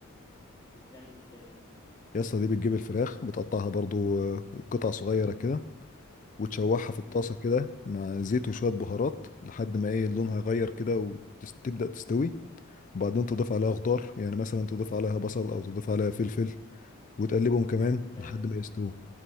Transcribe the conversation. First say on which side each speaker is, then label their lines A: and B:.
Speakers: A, on the left (about 20°); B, on the left (about 35°).
A: بتتعمل ازاي دي
B: يا اسطى دي بتجيب الفراخ بتقطعها برضو آه، قطع صغيرة كده وتشوحها في الطاسة
A: امم
B: كده مع زيت وشوية بهارات لحد ما ايه لونها يغير كده وتبدأ تستوي وبعدين تضيف عليها خضار
A: حلو
B: يعني مثلا تضيف عليها بصل او تضيف عليها فلفل وتقلبهم كمان
A: حلو
B: لحد ما يستووا